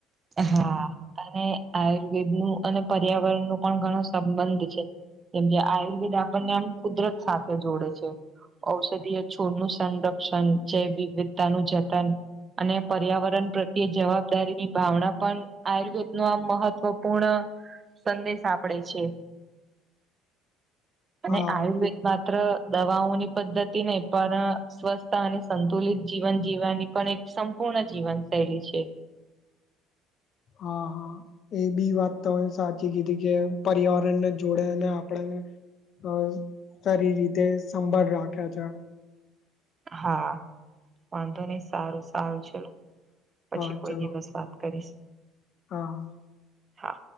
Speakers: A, on the right (about 30°); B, on the left (about 55°).
A: હા. અને આયુર્વેદ નું અને પર્યાવરણ નું પણ ઘણો સંબંધ છે. કેમકે આયુર્વેદ આપણને આમ કુદરત સાથે જોડે છે. ઔષધીય છોડનું સંરક્ષણ જૈવવવિધતાનું જતન અને પર્યાવરણ પ્રત્યે જવાબદારી ભાવના પણ આયુર્વેદનું આમ મહત્વપૂર્ણ સંદેશ આપડે છે અને
B: હા
A: આયુર્વેદ માત્ર દવાઓની પદ્ધતિ નહ પણ સ્વસ્થ અને સંતુલિત જીવન જીવવાની પણ એક સંપૂર્ણ જીવન શૈલી છે.
B: હા, હા. એ બી વાત તો સાચી કીધી કે પર્યાવરણને જોડે અને આપડે અ સારી રીતે સંભાળ રાખે છે.
A: હા, વાંધો નહી સારું સારું ચલું પછી
B: હા
A: કોઈ
B: ચલો
A: દિવસ વાત કરીશ.
B: હા.
A: હા